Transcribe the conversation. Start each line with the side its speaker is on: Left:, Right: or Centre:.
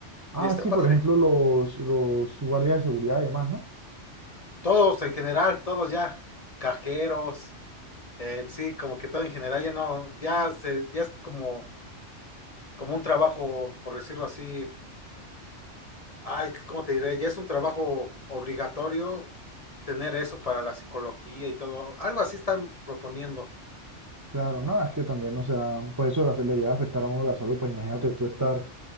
Right: Ah,
Left: Y está
Right: sí,
Left: padre.
Right: por ejemplo, los, los guardias de seguridad y demás, ¿no?
Left: Todos en general, todos ya, cajeros En sí, como que todo en general ya no, ya se, ya es como, como un trabajo, por decirlo así, ay, ¿cómo te diré? Ya es un trabajo obligatorio tener eso para la psicología y todo. Algo así están proponiendo.
Right: Claro, no, es que también, o sea, pues eso le llega a afectar a uno la salud, pues imagínate tú estar